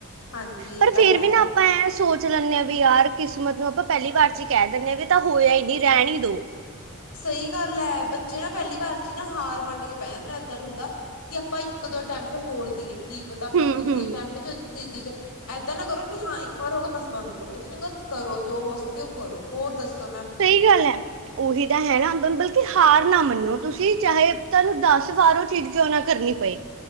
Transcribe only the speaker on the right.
ਪਰ
ਫੇਰ
ਵੀ ਨਾ ਐਂ ਸੋਚ ਲੈਂਦੇ ਹਾਂ ਵੀ ਯਾਰ ਕਿਸਮਤ ਨੂੰ ਆਪਾਂ ਪਹਿਲੀ ਵਾਰ 'ਚ ਹੀ ਕਹਿ ਦਿੰਦੇ ਹਾਂ ਵੀ ਤਾਂ ਹੋਇਆ ਹੀ ਨਹੀਂ ਰਹਿਣ ਹੀ ਦੋ।
ਹੂੰ-ਹੂੰ,
ਸਹੀ ਗੱਲ ਹੈ ਉਹੀ ਤਾਂ ਹੈ ਨਾ ਬੰਬਲ ਕਿ ਹਾਰ ਨਾ ਮੰਨੋ ਤੁਸੀਂ ਚਾਹੇ ਤੁਹਾਨੂੰ ਦਸ ਵਾਰ ਉਹ ਚੀਜ਼ ਕਿਉਂ ਨਾ ਕਰਨੀ ਪਏ।